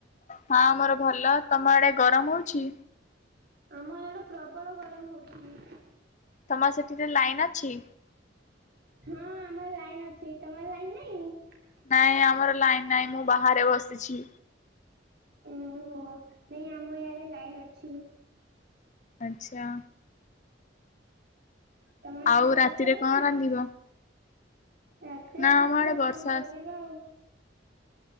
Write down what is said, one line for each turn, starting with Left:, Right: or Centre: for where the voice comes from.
Left: ହଁ ମୋର ଭଲ। ତମ ଆଡେ ଗରମ ହଉଛି।
Right: ଆମ ଇଆଡେ ପ୍ରବଳ ଗରମ ହଉଛି।
Left: ତମର ସେଠିରେ ଲାଇନ୍ ଅଛି?
Right: ହଁ ଆମର ଲାଇନ ଅଛି। ତମର ଲାଇନ ନାଇଁ?
Left: ନାଇଁ ଆମର ଲାଇନ ନାଇଁ। ମୁଁ ବାହାରେ ବସିଛି।
Right: ଓହୋ। ନାଇଁ ଆମ ଇଆଡେ ଲାଇନ ଅଛି।
Left: ଆଚ୍ଛା
Right: ତମ
Left: ଆଉ
Right: <unintelligible> ବର୍ଷା
Left: ରାତିରେ
Right: ହେଇଛି।
Left: କଣ ରାନ୍ଧିବ?
Right: ରାତିରେ
Left: ନା
Right: ଦେଖିବା
Left: ଆମ ଆଡେ ବର୍ଷା
Right: କଣ କରିବା
Left: ଆସ
Right: ଆଉ।